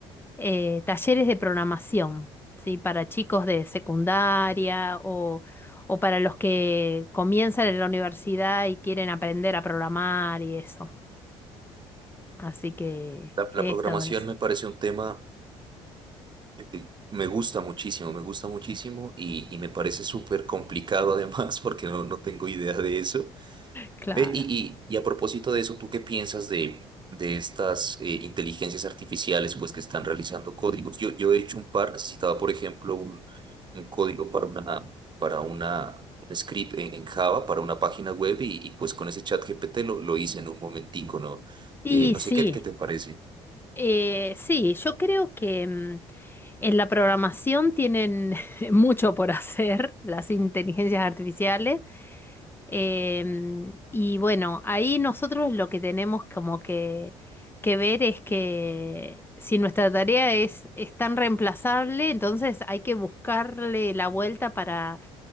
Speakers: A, on the left; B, on the right.
A: eh, talleres de programación, ¿sí? Para chicos de secundaria o, o para los que comienzan en la universidad y quieren aprender a programar y eso. Así que
B: La,
A: he
B: la programación
A: estado en eso.
B: me parece un tema que me gusta muchísimo, me gusta muchísimo y, y me parece súper complicado además <laughs> porque no, no tengo idea de eso.
A: Claro.
B: Ve, y, y- y a propósito de eso, ¿tú qué piensas de, de estas eh, inteligencias artificiales pues, que están realizando códigos? Yo, yo he hecho un par, necesitaba, por ejemplo, un, un código para una, para una, un script en, en Java, para una página web, y, y, pues con ese chat GPT lo, lo hice en un momentico, ¿no?
A: Y
B: Eh, no
A: sí,
B: sé qué, qué te parece.
A: eh, sí, yo creo que mm, en la programación tienen <laughs> mucho por hacer las inteligencias artificiales. Em, y bueno, ahí nosotros lo que tenemos como que, que ver es que si nuestra tarea es, es tan reemplazable, entonces hay que buscarle la vuelta para,